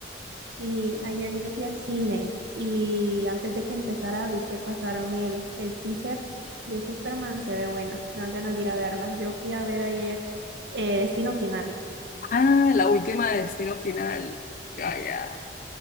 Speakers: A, on the right (about 75°); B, on the left (about 50°).
A: Sí, ayer yo fui al cine y antes de que empezara vi que pasaron el, el teaser de Superman, se ve buena, me dan ganas de ir a verla. Yo fui a ver ayer eh, Destino Final.
B: Ah, la última de Destino Final. Ya, ya.